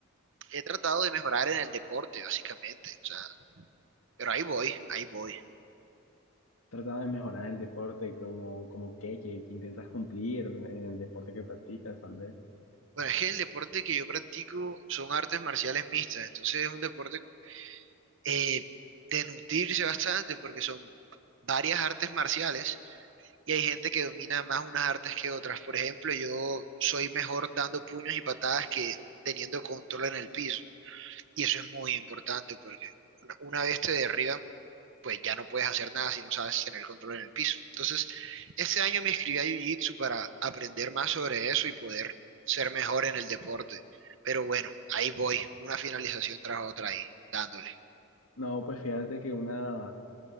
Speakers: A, on the right; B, on the left.
A: He tratado de mejorar en el deporte, básicamente. O sea, pero ahí voy, ahí voy.
B: ¿Trataba de mejorar el deporte? ¿Como, como qué, ¿Qué qué intentas cumplir en el deporte que practicas tal vez?
A: Bueno, es que el deporte que yo practico son artes marciales mixtas, entonces es un deporte eh, de nutrirse bastante porque son varias artes marciales y hay gente que domina más unas artes que otras. Por ejemplo, yo soy mejor dando puños y patadas que teniendo control en el piso. Y eso es muy importante porque una, una vez te derriban, pues ya no puedes hacer nada si no sabes tener control en el piso. Entonces, este año me inscribí a Jiu-Jitsu para aprender más sobre eso y poder ser mejor en el deporte. Pero bueno, ahí voy, una finalización tras otra ahí, dándole.
B: No, pues fíjate que una,